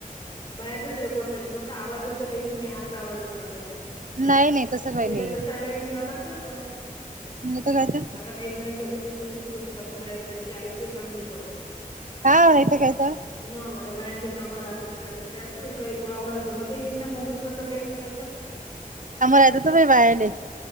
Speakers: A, on the left; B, on the right.
A: बायाचाच रेकॉर्ड पाहिजे फक्त आवाजचं काही नाही की हाच आवाज असला पाहिजे म्हण
B: नाही नाही तसं काही
A: गेले
B: नाही
A: जसा वेळ मिळाला तस.
B: हो कायच
A: आता काही जणांच्या घरी तर मुलीच करून टाकून राहिला त्यांच्या आईचं हे काम नाही पडत.
B: हा माेत कायच
A: ना माझ्या बयांले काम राहत होते का ते त्यातून काही कोणा कोणाला जमतही नाही ना मोबाईल मधलं काहीच करता.
B: काय तरम बायने.